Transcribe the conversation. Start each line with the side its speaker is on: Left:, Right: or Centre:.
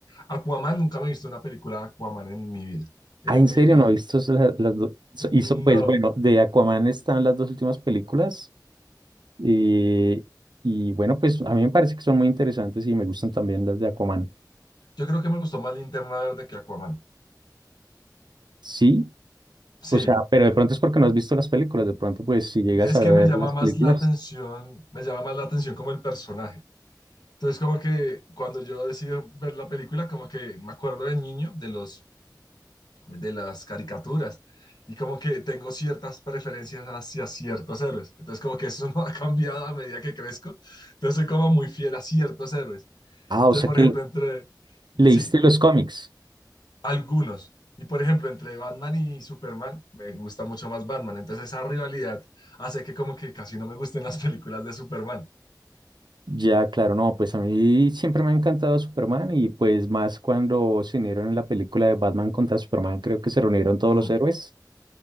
Left: Aquaman, nunca me he visto una película de Aquaman en mi vida. En
Right: Ah, ¿en serio
Left: mi vida.
Right: no he visto esa- las, dos?
Left: No.
Right: pues bueno, de Aquaman están las dos últimas películas. eh, y bueno, pues a mí me parece que son muy interesantes y me gustan también las de Aquaman.
Left: Yo creo que me gustó más Linterna Verde que Aquaman.
Right: Sí,
Left: Sí.
Right: o sea, pero de pronto es porque no has visto las películas. De pronto, pues si llegas
Left: Es
Right: a ver
Left: que me llama
Right: las
Left: más
Right: películas.
Left: la atención, me llama más la atención como el personaje. Entonces, como que cuando yo decido ver la película, como que me acuerdo de niño, de los de las caricaturas y como que tengo ciertas preferencias hacia ciertos héroes. Entonces como que eso <laughs> no ha cambiado a medida que crezco. Entonces soy como muy fiel a ciertos héroes.
Right: Ah,
Left: Entonces,
Right: o sea
Left: por
Right: que
Left: ejemplo, entre,
Right: leíste
Left: sí,
Right: los cómics.
Left: algunos. Y por ejemplo, entre Batman y Superman, me gusta mucho más Batman. Entonces esa rivalidad hace que como que casi no me gusten las películas de Superman.
Right: Ya, claro, no, pues a mí siempre me ha encantado Superman y pues más cuando se unieron en la película de Batman contra Superman, creo que se reunieron todos
Left: Ujú,
Right: los héroes.